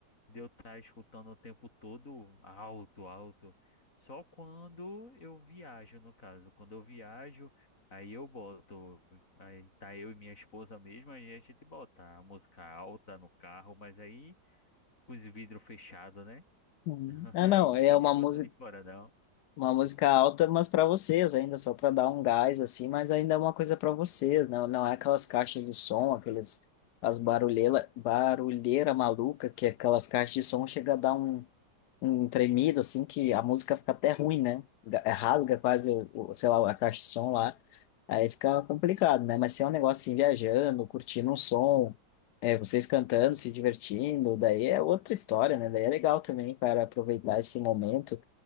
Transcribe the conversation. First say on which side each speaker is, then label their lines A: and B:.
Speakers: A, on the left; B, on the left.
A: de eu estar escutando o tempo todo alto, alto. Só quando eu viajo, no caso. Quando eu viajo, aí eu boto. Aí tá eu e minha esposa mesmo, aí a gente bota a música alta no carro, mas aí com os vidros fechados, né?
B: Uhum.
A: <laughs>
B: Ah, não,
A: Aí ninguém
B: é uma
A: escuta
B: música
A: de fora, não.
B: Uma música alta, mas para vocês ainda, só para dar um gás assim, mas ainda é uma coisa para vocês, não, não é aquelas caixas de som, aqueles as barulheira, barulheira maluca, que aquelas caixas de som chega a dar um, um tremido assim que a música fica até ruim, né? Ga- é, Rasga quase, o, o- sei lá, a caixa de som lá. Aí fica complicado, né? Mas se é um negócio assim, viajando, curtindo um som, é, vocês cantando, se divertindo, daí é outra história, né? Daí é legal também para aproveitar esse momento